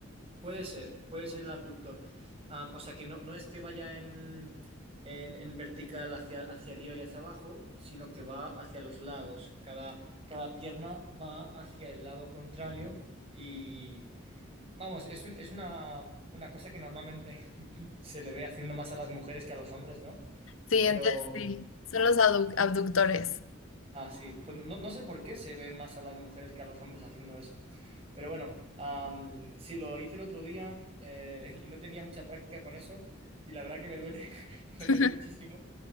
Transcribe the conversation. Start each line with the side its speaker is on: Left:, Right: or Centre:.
Right: Puede ser, puede ser el abductor. Ah, o sea que no, no es que vaya en, en, en vertical hacia, hacia arriba y hacia abajo, sino que va hacia los lados. Cada, cada pierna va hacia el lado contrario y... Vamos, es un- es una, una cosa que normalmente <laughs> se le ve haciendo más a las mujeres que a los hombres, ¿no?
Left: Sí,
Right: Pero,
Left: entonces sí, son los abdu- abductores.
Right: ah, sí, pues no, no sé por qué se ve más a las mujeres que a los hombres haciendo eso. Pero bueno, am, sí, lo hice el otro día eh, <laughs> y no tenía mucha práctica con eso y la verdad que me duele, <laughs> me
Left: <laughs>
Right: duele muchísimo